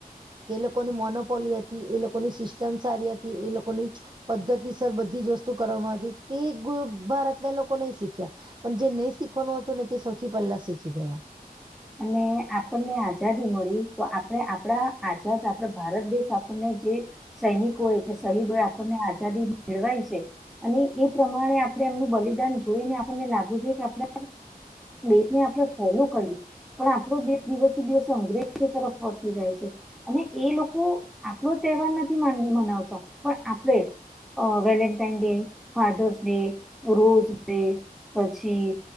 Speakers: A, on the right; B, in the centre.
A: કે એ લોકોની મોનોપોલી હતી એ લોકોની સિસ્ટમ સારી હતી એ લોકોની પદ્ધતિ સર બધી બધી જ વસ્તુ કરવામાં હતી તે ભારતના લોકો નહી શીખ્યા પણ જે નહીં શીખવાનું હતું ને સૌથી પલ્લા શીખી ગયા
B: અને આપણને આઝાદી મળી તો આપણે આપડા આઝાદ આપણા ભારત દેશ આપણને જે સૈનિકોય કે શહીદ હોય આપણને આઝાદી મેળવાય છે અને એ પ્રમાણે આપણે એમનું બલિદાન જોઈને આપણને લાગવું છે કે આપણે દેશને આપણે ફોલો કરી પણ આપણો દેશ દિવસે દિવસે અંગ્રેજ તરફ વળતો જાય છે અને એ લોકો બ તહેવાર નથી મનાવતો પણ આપણે અ Valentine day Father's day rose day પછી